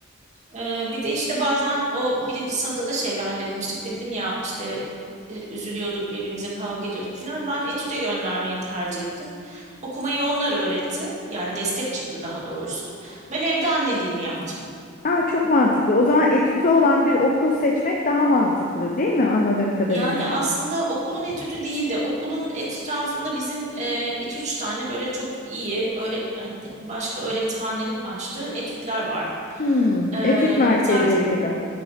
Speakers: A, on the right (about 35°); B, on the left (about 40°).
A: Ee, bir de işte bazen o birinci sınıfta da şeyle halletmiştik. Dedim ya işte e, üzülüyorduk birbirimize kavga ediyorduk falan. Ben etüde göndermeyi tercih ettim. Okumayı onlar öğretti. Yani destek çıktı daha doğrusu. Ben evde anneliğimi yaptım.
B: Aa, çok mantıklı. O zaman etütü olan bir okul seçmek daha mantıklı, değil mi? Anladığım kadarıyla.
A: Yani aslında okulun etüdü değil de okulun etrafında bizim e, iki üç tane böyle çok iyi öğre- hani başka öğretmenlerin açtığı etütler var.
B: Hmm,
A: E,
B: etüt merkezleri
A: zaten
B: gibi.